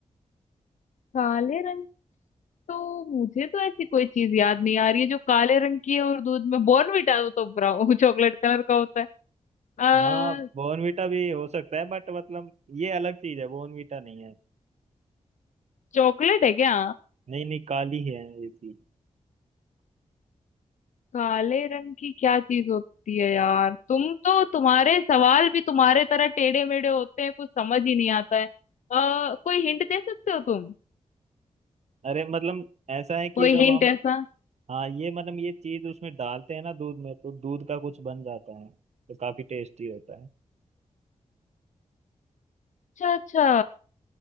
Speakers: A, on the left (about 80°); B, on the right (about 65°).
A: काले रंग तो मुझे तो ऐसी कोई चीज याद नहीं आ रही है जो काले रंग की है और दूध में बॉर्नविटा तो ब्राउन चॉकलेट कलर का होता है आ,
B: हाँ बॉर्नवीटा भी हो सकता है बट मतलब ये अलग चीज है बॉर्नवीटा नहीं है
A: चॉकलेट है क्या
B: नहीं नहीं काली है ये चीज
A: काले रंग की क्या चीज होती है यार तुम तो तुम्हारे सवाल भी तुम्हारे तरह टेढ़े मेढ़े होते हैं कुछ समझ ही नहीं आता है आ, कोई हिंट दे सकते हो तुम
B: अरे मतलब ऐसा है कि
A: कोई
B: जब
A: हिंट
B: हम
A: ऐसा
B: हाँ ये मतलब ये चीज उसमें डालते हैं ना दूध में तो दूध का कुछ बन जाता है तो काफी टेस्टी होता है
A: अच्छा अच्छा